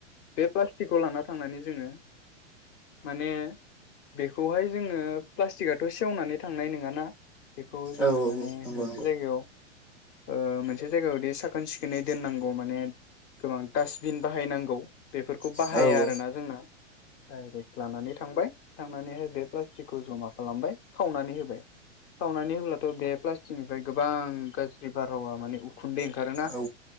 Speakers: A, on the left; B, in the centre.
A: बे प्लास्टिकखौ लानानै। थांनानै जोङो माने बेखौहाय जोङो प्लास्टिकआथ' सेवनानै थांनाय नोङाना। बेखौ जोङो
B: औ
A: माने
B: नंगौ नंगौ
A: मोनसे जायगायाव। ओ मोनसे जायगायावदि साखोन सिखोनै दोननांगौ माने गोबां डास्टबिन बाहायनांगौ। बेफोरखौ
B: औ
A: बाहाया।
B: औ
A: दाना जोंना डाइरेक्ट लानानै थांबाय। थांनानैहाय बे प्लास्टिकखौ जमा। खालामबाय खावनानै होबाय। खावनानै होब्लाथ' बे प्लास। थिंनिफ्राय गोबां गाज्रि बारहावा माने उखुन्दै। ओंखारोना
B: औ